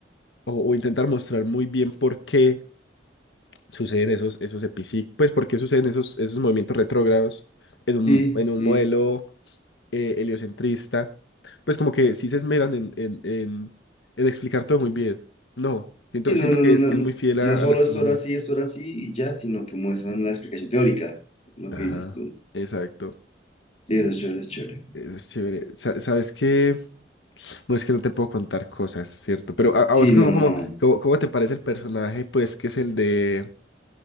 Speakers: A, on the left (about 80°); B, on the left (about 35°).
A: o, o intentar mostrar muy bien por qué suceden esos, esos epici- pues por qué suceden esos, esos movimientos retrógrados en un,
B: Sí,
A: en un
B: sí.
A: modelo eh, heliocentrista. Pues como que sí se esmeran en, en, en, en explicar todo muy bien. No, siento,
B: Y no,
A: siento
B: no,
A: que
B: no,
A: es, que
B: no,
A: es muy fiel a
B: no solo
A: a la astronomía.
B: esto era así, esto era así y ya, sino que muestran la explicación teórica, lo
A: Ajá,
B: que dices tú.
A: exacto.
B: Sí, eso es chévere, eso es chévere.
A: Eso es chévere. Sa- ¿Sabes qué? No es que no te puedo contar cosas, ¿cierto? Pero a, a
B: Sí,
A: vos cómo
B: no,
A: cómo
B: no.
A: como- ¿cómo te parece el personaje? Pues que es el de...